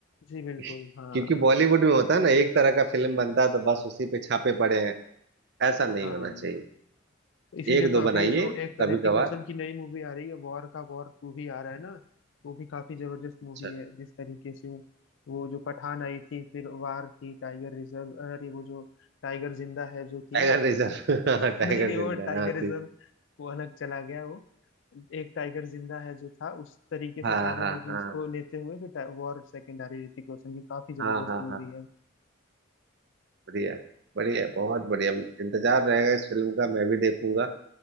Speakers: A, on the left (about 65°); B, on the right (about 55°).
A: जी बिल्कुल
B: क्योंकि
A: हाँ
B: बॉलीवुड में होता है ना एक तरह का फिल्म बनता है तो बस उसी पे छापे पड़े हैं ऐसा नहीं
A: हाँ
B: होना चाहिए
A: इसीलिए
B: एक
A: तो
B: दो
A: अभी
B: बनाइए
A: जो एक
B: कभी
A: ऋतिक
B: कभार
A: रोशन की नई मूवी आ रही है वॉर का वॉर टू भी आ रहा है ना वो भी काफी जबरदस्त मूवी
B: अच्छा
A: है जिस तरीके से वो जो पठान आई थी फिर वार थी टाइगर रिजर्व अरे वो जो टाइगर जिंदा है जो थी
B: Tiger reserve <laughs>
A: <laughs>
B: हाँ टाइगर
A: नहीं नहीं
B: जिंदा
A: वो टाइगर
B: है हाँ ठीक
A: रिजर्व वो अलग चला गया वो एक टाइगर जिंदा है जो था उस तरीके
B: हाँ
A: से सारी
B: हाँ
A: मूवीज
B: हाँ
A: को लेते हुए फिर वॉर सेकेंड आ रही है ऋतिक रोशन की काफी जबरदस्त
B: हाँ हाँ
A: मूवी
B: हाँ
A: है
B: बढ़िया बढ़िया बहुत बढ़िया इंतजार रहेगा इस फिल्म का मैं भी देखूंगा